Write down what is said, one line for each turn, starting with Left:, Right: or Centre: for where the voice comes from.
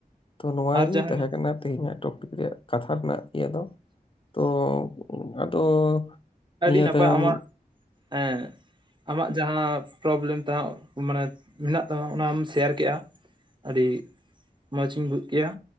Left: ᱛᱚ ᱱᱚᱣᱟᱜᱤ
Right: ᱟᱨ ᱡᱟᱦᱟᱱᱟᱜ
Left: ‌ᱛᱟᱦᱮᱸ ᱠᱟᱱᱟ ᱛᱮᱦᱮᱸᱧᱟᱜ ᱴᱚᱯᱤᱠ ᱨᱮᱭᱟᱜ ᱠᱟᱛᱷᱟ ᱨᱮᱱᱟᱜ ᱤᱭᱟᱹ ᱫᱚ᱾ ᱛᱚ ᱟᱫᱚ
Right: ᱟᱹᱰᱤ
Left: ᱱᱤᱭᱟᱹ
Right: ᱱᱟᱯᱟᱭ
Left: ᱛᱟᱭᱚᱢ
Right: ᱟᱢᱟᱜ ᱮᱸᱜ ᱟᱢᱟᱜ ᱡᱟᱦᱟᱸ ᱯᱨᱚᱵᱞᱮᱢ ᱛᱟᱦᱮᱸ ᱢᱟᱱᱮ ᱢᱮᱱᱟᱜ ᱛᱟᱢᱟ ᱚᱱᱟᱢ ᱥᱮᱭᱟᱨ ᱠᱮᱜᱼᱟ, ᱟᱹᱰᱤ ᱢᱚᱸᱪ ᱤᱧ ᱵᱩᱡ ᱠᱮᱭᱟ